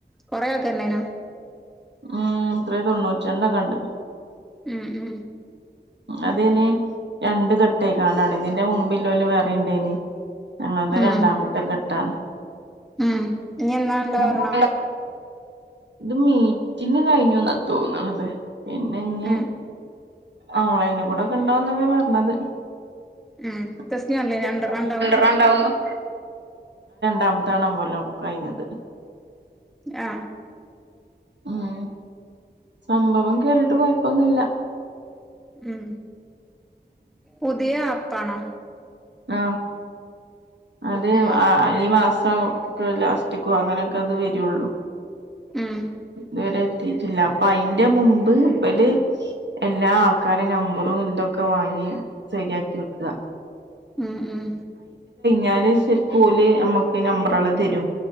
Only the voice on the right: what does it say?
ഉം ത്ര തൊണ്ണൂറ്റിരണ്ടക്കെണ്ട്.
അതിന് രണ്ട് തട്ടേ കാണാണ് ഇതിന്റെ മുമ്പില്ലോൽ വേറെണ്ടേനി. ആ അത്
രണ്ടാമത്തെ ഘട്ടാ
<unintelligible>
ത് മീറ്റിങ്ങ് കഴിഞ്ഞുന്നാ തോന്നണത് പിന്നെ ഇഞ്ഞി.
ഓൺലൈൻ കൂടെക്കെണ്ടോന്നക്കേ പർഞ്ഞത്.
<unintelligible>
അത് രണ്ടാമത്തെ നമ്പറിലാ കഴിഞ്ഞത്
ഉം സംഭവം കേട്ടിട്ട് കുഴപ്പൊന്നുല്ല
ആ അത്
ആ ഈ മാസം ലാസ്റ്റിക്കോ അങ്ങനെയൊക്കെ അത് വരുള്ളൂ
<unintelligible> കിട്ടില്ല അപ്പൊ അതിന്റെ മുമ്പ് ഇബൽ എല്ലാ ആൾക്കാരെ നമ്പറും എന്തൊക്കെ വാങ്ങി ശരിയാക്കി വെക്കുക
ഞാന് ശെരിക്കും ഓല് നമ്മക്ക് നമ്പറുകള് തരും